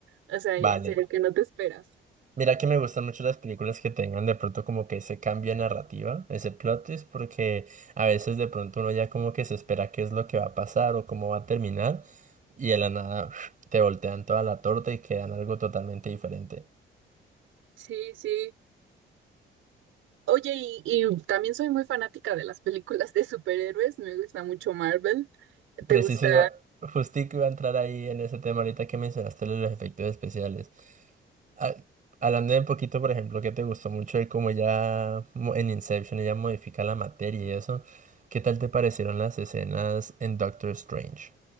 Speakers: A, on the right; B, on the right.
A: O sea,
B: Vale.
A: en serio, que no te esperas.
B: Mira que me gustan mucho las películas que tengan de pronto como que ese cambio de narrativa, ese plot twist, porque a veces de pronto uno ya como que se espera qué es lo que va a pasar o cómo va a terminar, y de la nada <sniffs> te voltean toda la torta y quedan algo totalmente diferente.
A: Sí, sí. Oye, y, y también soy muy fanática de las películas de superhéroes, me gusta mucho Marvel.
B: Preciso,
A: ¿Te gusta?
B: yo justico iba a entrar ahí en ese tema ahorita que mencionaste lo de los efectos especiales. Ah, hablando de un poquito, por ejemplo, que te gustó mucho de cómo ya mo- en Inception ella modifica la materia y eso, ¿qué tal te parecieron las escenas en Doctor Strange?